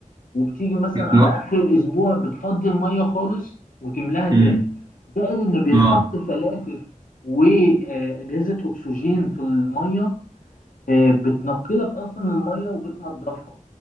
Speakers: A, on the left; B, on the right.
A: وبتيجي مثلا
B: بتنقط
A: على آخر الأسبوع بتفضي المية خالص وتملاها تاني
B: مم.
A: زائد إن بيتحط
B: اه
A: فلاتر وأجهزة أكسجين في المية آه بتنقلك أصلا المية وبتنضفها